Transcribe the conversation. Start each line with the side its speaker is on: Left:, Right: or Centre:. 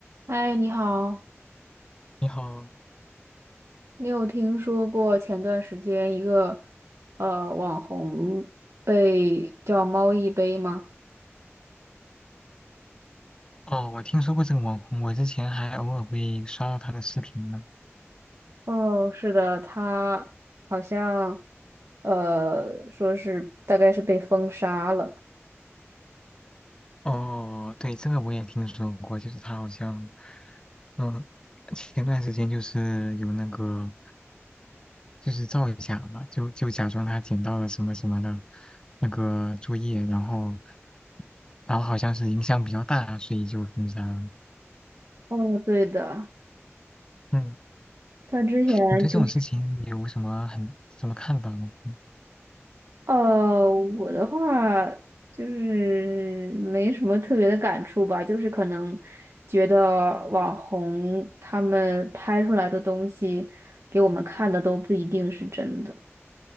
Right: 嗨，你好，
Left: 你好，
Right: 你有听说过前段时间一个呃网红被叫猫一杯吗？
Left: 哦，我听说过这个网红，我之前还偶尔会刷到他的视频呢。
Right: 哦，是的，他好像呃说是大概是被封杀了。
Left: 哦，对，这个我也听说过，就是他好像，嗯，前段时间就是有那个，就是造假嘛，就就假装他捡到了什么什么的那个作业，然后，然后好像是影响比较大，所以就封杀了。
Right: 哦，对的，
Left: 嗯，
Right: 他之前就
Left: 你对这种事情有什么很什么看法吗？嗯
Right: 呃，我的话就是没什么特别的感触吧，就是可能觉得网红他们拍出来的东西给我们看的都不一定是真的，